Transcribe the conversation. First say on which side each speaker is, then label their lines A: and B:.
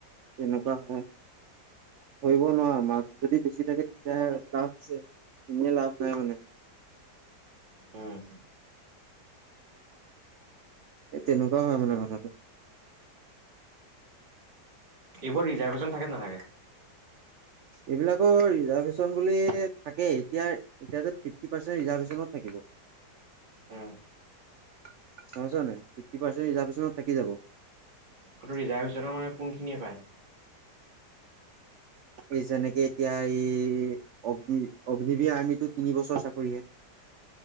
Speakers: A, on the right; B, on the right.
A: তেনেকুৱা হয় ধৰিব নোৱাৰা মাক যদি বেছি থাকে তেতিয়া লাভ আছে এনে লাভ নাই মানে
B: উম
A: তেনেকুৱা হয় মানে কথাটো।
B: এইবোৰ ৰিজাৰ্ভেশন থাকে নাথাকে
A: এইবিলাকৰ ৰিজাৰ্ভেশচন বুলি থাকে এতিয়া এতিয়া যে ফিফটি পাৰ্চেন্ট ৰিজাৰভেশচনত থাকিব।
B: উম
A: গ'ম পাইছা নাই ফিফটি পাৰ্চেণ্ট ৰিজাৰ্ভেশ্যনত থাকি যাব।
B: তটো ৰিজাৰ্ভ হৈছে ন মানে কোনখিনিয়ে পায়?
A: এই যেনেকে এতিয়া এই অগ্নি অগ্নিবীৰ আৰ্মিতটো তিন বছৰ চাকৰিহে